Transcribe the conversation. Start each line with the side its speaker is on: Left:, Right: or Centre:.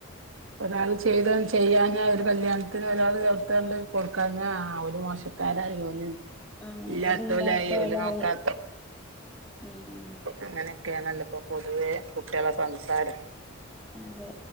Right: ഒരാള് ചെയ്ത ചെയ്യാഞ്ഞാ ഒര് കല്യാണത്തിന് ഒരാള് ചേർത്തണ്ട് കൊടുക്കാഞ്ഞാ ആഹ് ഒരു മോശം കരയോല്
Centre: ആഹ്
Right: ഇല്ലാത്തോലായി
Centre: അതില്ലാത്തോലായി
Right: ഓല് നോക്കാ
Centre: ഉം
Right: അങ്ങനെയൊക്കെയാണല്ലൊപ്പ പൊതുവേ കുട്ടിയള സംസാരം
Centre: അതെ